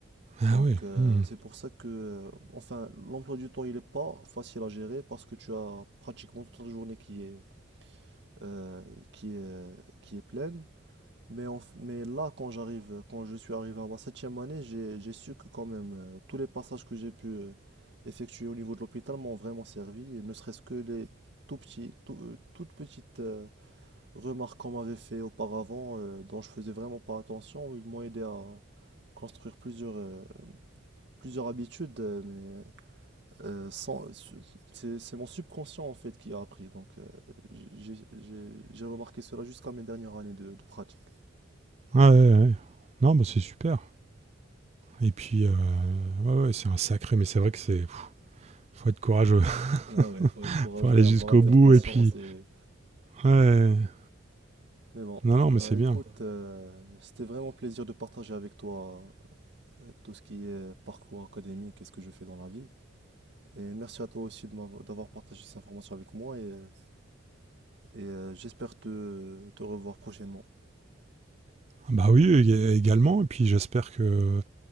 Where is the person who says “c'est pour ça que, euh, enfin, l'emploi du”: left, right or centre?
Right